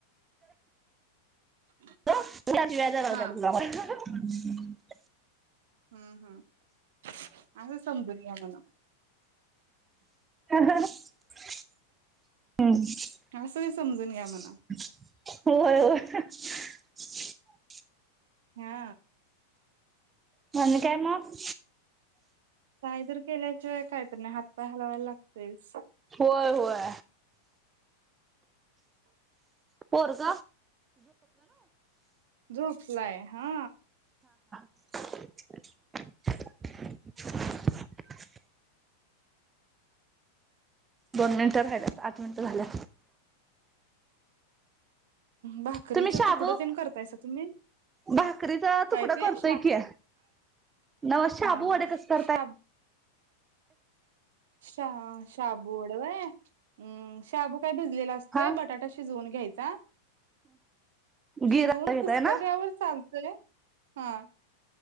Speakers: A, on the right (about 55°); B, on the right (about 20°).
A: <inaudible>
B: <unintelligible>
A: हा
B: <inaudible>
A: हम्म हम्म असुदे समजून घ्या म्हणावं.
B: हम्म होय
A: असं समजून घ्या म्हणा.
B: होय
A: हा.
B: <unintelligible> काय मग
A: कायतर केल्याशिवाय कायतर नाय हात पाय हालवाय लागतयच.
B: होय होय पोरग
A: झोपलाय हा
B: <unintelligible> दोन मिनिट राहिल्यात आठ मिनिट झाल्या.
A: भाकरीच
B: तुम्ही शाबू
A: तुकड ते करतायस तुम्ही
B: भाकरीचा तुकडा
A: काय ते
B: करतोय
A: शाब
B: की नव शाबू
A: हा
B: वडे
A: हा
B: कसे करताय?
A: शाब शा शाबू वड वय हम्म शाबू काय भिजलेला असतोय
B: हा
A: बटाटा शिजवून घ्यायचा. शिजवून
B: गिरा घेताय
A: कुसकर्यावर
B: ना?
A: चालतोय हा